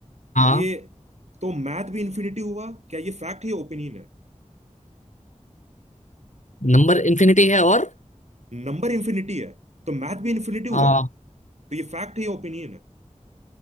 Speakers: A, on the left (about 75°); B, on the right (about 60°).
A: हाँ
B: ये तो मैथ भी इन्फिनिटी हुआ क्या ये फैक्ट है या ओपिनियन है
A: नंबर इन्फिनिटी है और
B: नंबर इन्फिनिटी है तो मैथ भी इन्फिनिटी
A: आ,
B: हुआ तो ये फैक्ट है या ओपिनियन है